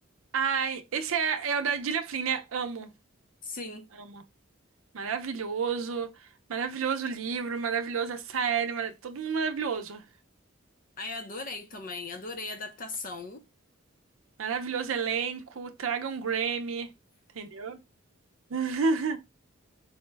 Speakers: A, on the right (about 75°); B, on the left (about 40°).
A: Ai, esse é, é o da Gillian Flynn, né? Amo,
B: Sim.
A: amo. Maravilhoso, maravilhoso livro, maravilhosa série, mara- todo mundo maravilhoso.
B: Aí eu adorei também, adorei a adaptação.
A: Maravilhoso elenco, traga um Grammy, entendeu? <laughs>